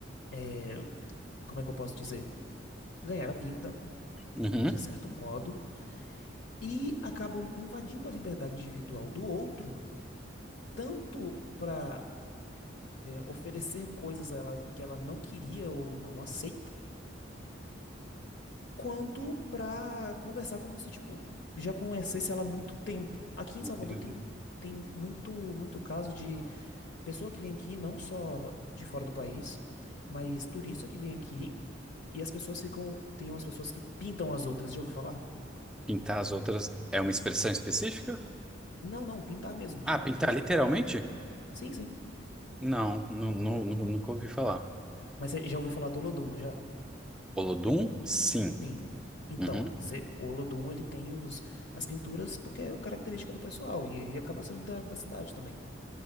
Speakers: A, on the left (about 65°); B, in the centre.
A: é, como é que eu posso dizer, ganhar a vida,
B: Uhum.
A: de certo modo, e acabam invadindo a liberdade individual do outro, tanto para oferecer coisas a ela que ela não queria ou não aceita quanto pra conversar como se, tipo, já conhecesse ela há muito tempo. Aqui em
B: Entendi.
A: Salvador tem, tem muito, muito caso de pessoa que vem aqui, não só de fora do país, mas turista que vem aqui e as pessoas ficam. Tem umas pessoas que pintam as outras, já ouviu falar?
B: Pintar as outras é uma expressão específica?
A: Não, não, pintar mesmo,
B: Ah,
A: de.
B: pintar
A: com tinta.
B: literalmente?
A: Sim, sim.
B: Não, não, não, nu- nunca ouvi falar.
A: Mas você já ouviu falar do Olodum, não já?
B: Olodum? Sim.
A: Sim. Então,
B: Uhum.
A: cê- o Olodum, ele tem os, as pinturas porque é característica do pessoal e, e acaba sendo da da cidade também.